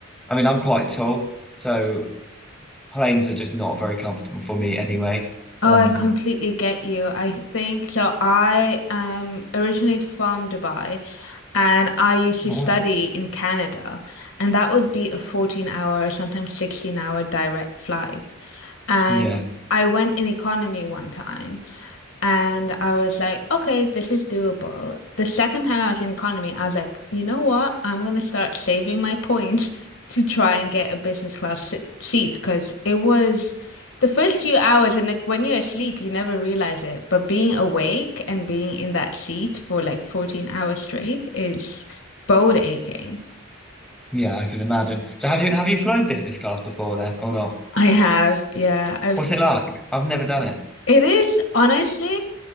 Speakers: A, in the centre; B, on the left (about 65°).
A: I mean, I'm quite tall, so planes are just not very comfortable for me anyway.
B: Oh,
A: Um,
B: I completely get you. I think so. I am originally from Dubai and I used to
A: oh
B: study
A: wow,
B: in Canada, and that would be a 14 hour or sometimes 16 hour direct flight. And
A: yeah.
B: I went in economy one time. And I was like, okay, this is doable. The second time I was in economy, I was like, you know what? I'm gonna start saving my points <laughs> to try and get a business class se- seat because it was the first few hours, and like when you're asleep, you never realize it. But being awake and being in that seat for like 14 hours straight is bone aching.
A: Yeah, I can imagine. So have you have you flown business class before then or not?
B: I have, yeah, I've.
A: What's it like? I've never done it.
B: It is honestly,